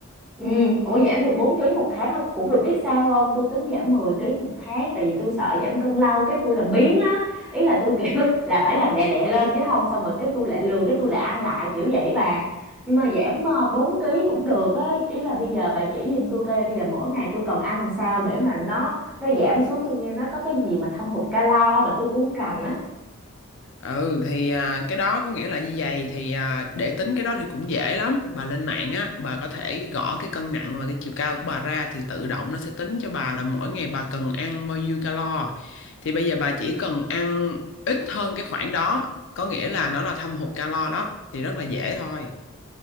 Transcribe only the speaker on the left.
Ừ thì à, cái đó có nghĩa là như vậy thì à, để tính cái đó thì cũng dễ lắm bà lên mạng á bà có thể gõ cái cân nặng và cái chiều cao của bà ra thì tự động nó sẽ tính cho bà là mỗi ngày bà cần ăn bao nhiêu calo thì bây giờ bà chỉ cần ăn ít hơn cái khoảng đó có nghĩa là nó là thâm hụt calo đó thì rất là dễ thôi